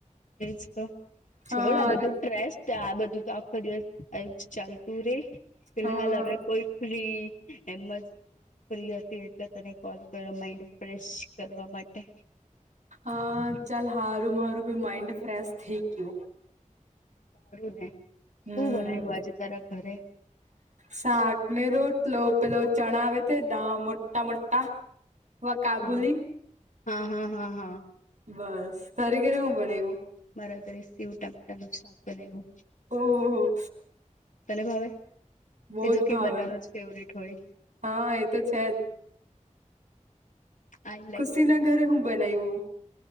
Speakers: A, on the left; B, on the right.
A: એજ તો
B: હા
A: છોડા બધું ટ્રેસ. તો આ બધું તો આખો દિવસ ચાલતું રે ફિલહાલ
B: હા
A: હવે કોઈ ફ્રી એમ જ ફ્રી હતી એટલે તને કોલ કરો માઈન્ડ ફ્રેશ કરવા માટે
B: હ ચાલ હારું મારું ભી માઇન્ડ ફ્રેશ થઈ ગયું.
A: સારું ને
B: હમ
A: શું બનાઇવુ આજે તારા ઘરે
B: શાક ને રોટલો પેલો ચણા આવે તે દા મોટા મોટા વા કાબુલી
A: હા હા હા હા હા
B: બસ તારે ઘરે હું બનાઈવુ?
A: મારા ઘરે સીવ ટામેટા નું શાક બનાયવુ
B: ઓહો
A: તને ભાવે?
B: બોઉજ
A: એ જો કે
B: ભાવે
A: બધાનો જ ફેવરેટ હોય
B: હા એ તો છે જ.
A: આઈ લાઈક
B: ખુશી ના ઘરે હું બનાઈવુ?